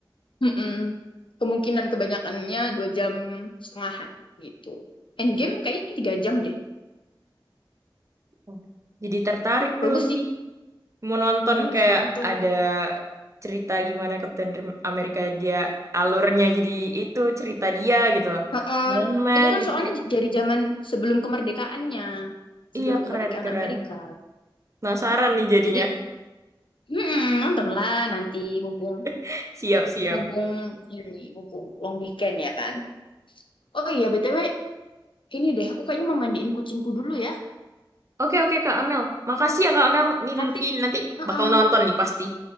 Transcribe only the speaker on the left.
Mm-mm. Kemungkinan kebanyakannya dua jam setengahan gitu. Endgame kayaknya tiga jam deh.
Bagus
sih
Kamu harus
nonton.
Heeh.
Itu kan
soalnya
dari zaman sebelum kemerdekaannya, sebelum
kemerdekaan Amerika.
Jadi, mm, nontonlah nanti mumpung
mumpung ini mumpung long weekend ya kan. Oh iya BTW, ini deh aku kayaknya mau mandiin kucingku dulu ya.
Nanti,
heeh.